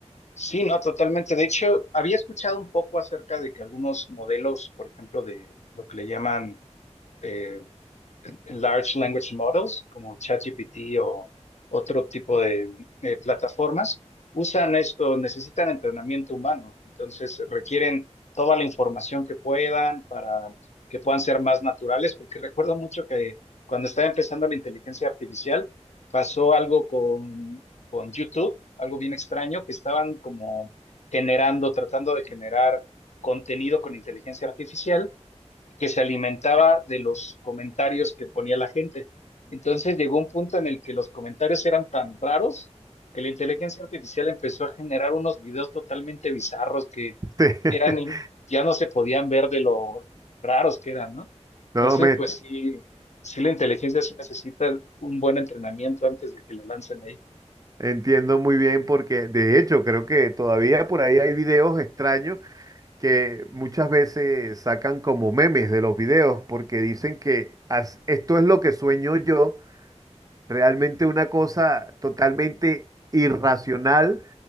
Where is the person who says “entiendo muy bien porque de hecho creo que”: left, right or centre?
Right